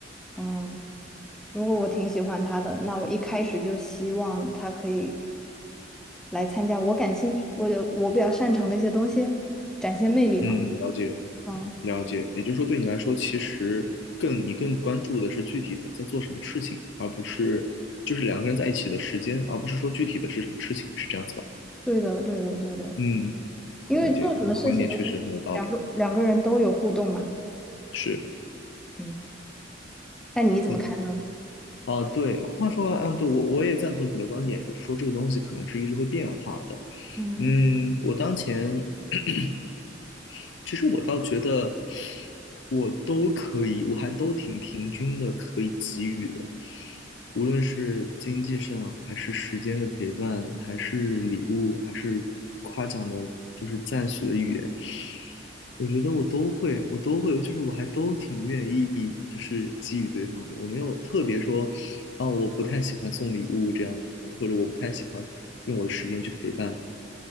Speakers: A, in the centre; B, on the left.
A: 嗯。如果我挺喜欢他的，那我一开始就希望他可以来参加我感兴趣、我的我比较擅长的一些东西，展现魅力嘛。
B: 嗯，了解
A: 嗯，
B: 了解，也就是说，对你来说，其实更你更关注的是具体他在做什么事情，而不是就是两个人在一起的时间，而不是说具体的是什么事情，是这样子吧？
A: 对的，对的，对的，
B: 嗯，
A: 因为做什么事情，
B: 了解，你的观点确实很有道理。
A: 两个两个人都有互动嘛。
B: 是，
A: 嗯，那你怎么看呢？
B: 嗯，啊，对，话说完嗯对，我我也赞同你的观点，就是说这个东西可能是一直会变化的。
A: 嗯，
B: 嗯，我当前 <clears throat> 其实我倒觉得我都可以，我还都挺平均的，可以给予的，无论是经济上，还是时间的陪伴，还是礼物，还是夸奖的，就是赞许的语言，我觉得我都会，我都会，就是我还都挺愿意，就是给予对方的，我没有特别说，啊，我不太喜欢送礼物这样子，或者我不太喜欢用我的时间去陪伴，